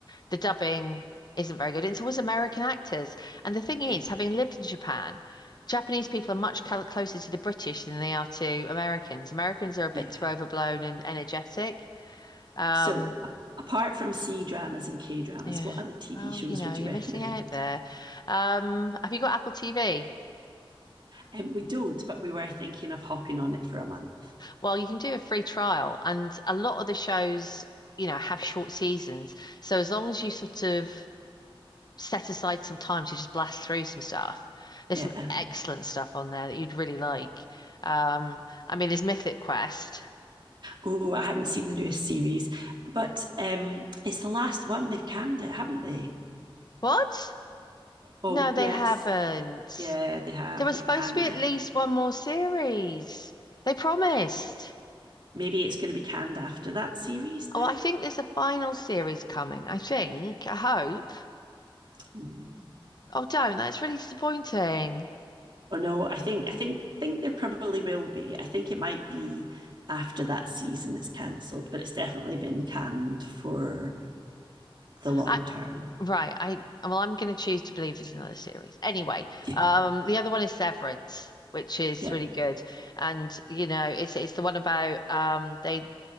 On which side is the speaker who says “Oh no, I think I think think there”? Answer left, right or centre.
Right